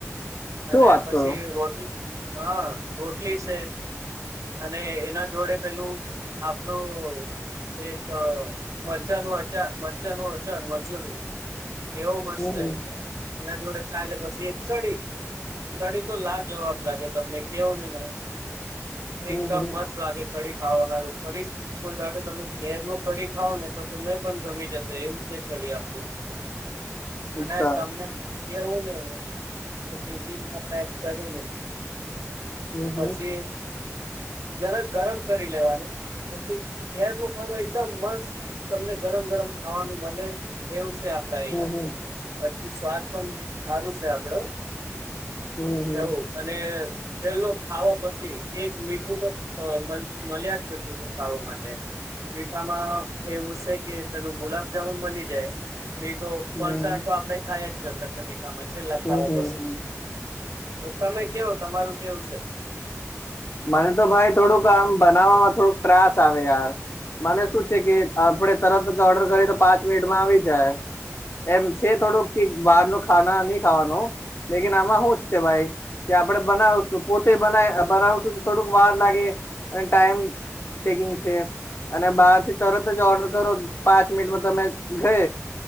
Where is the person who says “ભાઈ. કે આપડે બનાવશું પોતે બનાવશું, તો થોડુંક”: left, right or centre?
Left